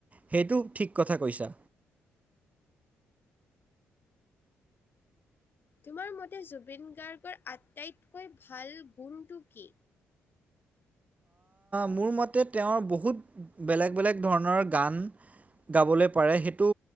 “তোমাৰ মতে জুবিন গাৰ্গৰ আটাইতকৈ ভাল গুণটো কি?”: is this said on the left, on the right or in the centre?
Left